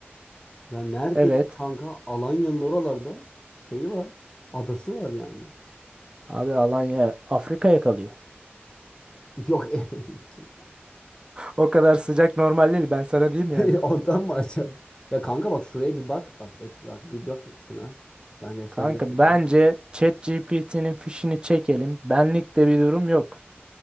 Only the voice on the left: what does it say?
Ya nerede
kanka? Alanya'nın oralarda şeyi var. Adası var yani.
Yok efendim.
<laughs>
Ondan mı acaba? Ya kanka bak şuraya bir bak. Bak, ek- bak bir bak şuna. Bak, ben göstereceğim
şimdi
sana.